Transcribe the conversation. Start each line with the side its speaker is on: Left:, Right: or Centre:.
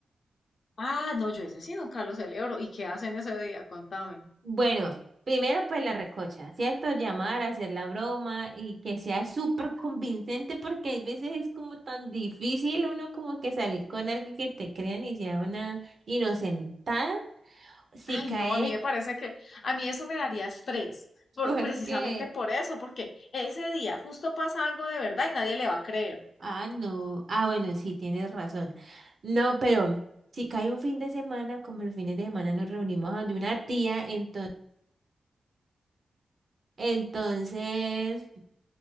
Left: Ah, no, yo ese sí nunca lo celebro. ¿Y qué hacen ese día? Contame.
Right: Bueno, primero pues la recocha, ¿cierto? Llamar, hacer la broma y que sea súper convincente porque hay veces es como tan difícil uno como que salir con algo y que te crean y sea una inocentada si
Left: Ay,
Right: cae
Left: no, a mí me parece que a mí eso me daría estrés, por,
Right: <laughs> porque,
Left: precisamente por eso, porque ese día justo pasa algo de verdad y nadie le va a creer.
Right: ah, no, ah, bueno, sí, tienes razón. No, pero si cae un fin de semana, como los fines de semana nos reunimos donde una tía, entonces... Entonces,